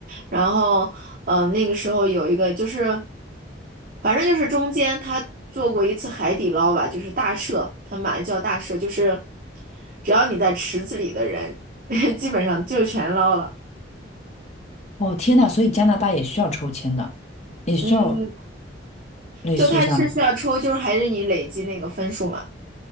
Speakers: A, on the right; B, on the left.
A: 然后，呃，那个时候有一个就是，反正就是中间他做过一次海底捞吧，就是大赦，他们把它叫大赦，就是只要你在池子里的人，<laughs> 基本上就全捞了。
B: 哦，天呐，所以加拿大也需要抽签的，也需要
A: 嗯，
B: 类似于像，
A: 就他是需要抽，就是还是你累积那个分数嘛，